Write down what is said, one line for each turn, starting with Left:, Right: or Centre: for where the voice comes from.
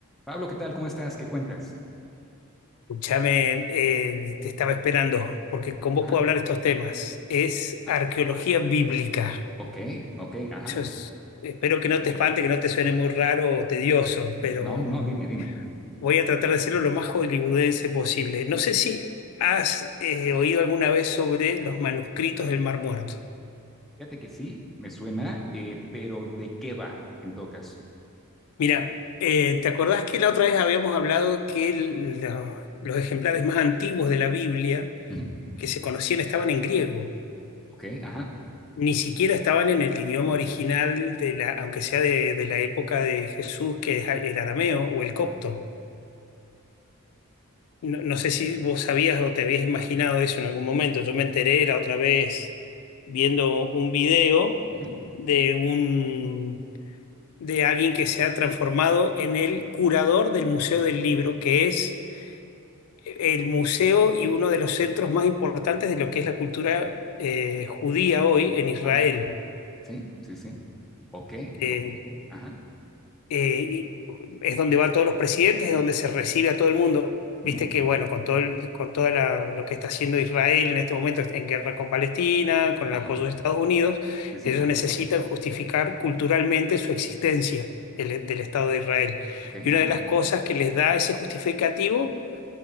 Centre: Pablo, ¿qué tal? ¿Cómo estás? ¿Qué cuentas?
Left: Escúchame, eh, te estaba esperando, porque con vos
Centre: Ajá,
Left: puedo hablar estos temas. Es
Centre: ajá.
Left: arqueología bíblica.
Centre: Ok, ok, ajá.
Left: Eso es- espero que no te espante, que no te suene muy raro o tedioso, pero
Centre: No, no,
Left: mm,
Centre: dime, dime.
Left: voy a tratar de hacerlo lo más hollywoodense posible. No sé si has eh, oído alguna vez sobre los manuscritos del Mar Muerto.
Centre: Fíjate que sí, me suena, eh, pero ¿de qué va en todo caso?
Left: Mira, eh, ¿te acordás que la otra vez habíamos hablado que el- lo- los ejemplares más antiguos de la Biblia
Centre: Ujú,
Left: que se conocían estaban en griego?
Centre: Ok, ajá,
Left: Ni siquiera estaban en el idioma original, de la, aunque sea de, de la época de Jesús, que es el arameo o el copto.
Centre: ajá,
Left: No, no sé si vos sabías o te habías imaginado eso en algún momento. Yo me enteré la otra vez viendo un video
Centre: ujú,
Left: de un de alguien que se ha transformado en el curador del Museo del Libro, que es el museo y uno de los centros más importantes de lo que es la cultura eh, judía hoy en Israel.
Centre: ajá. Sí, sí, sí. Ok,
Left: Eh,
Centre: ok, sí, ajá,
Left: eh, y es donde van todos los presidentes, es donde se recibe a todo el mundo. Viste
Centre: ujú,
Left: que, bueno, con todo el- con toda la- lo que está haciendo Israel en este momento en guerra con Palestina, con el
Centre: ajá.
Left: apoyo de Estados Unidos,
Centre: Sí, sí,
Left: ellos
Centre: ajá.
Left: necesitan justificar culturalmente su existencia el- del Estado de Israel.
Centre: Ok,
Left: Y una
Centre: ajá.
Left: de las cosas que les da ese justificativo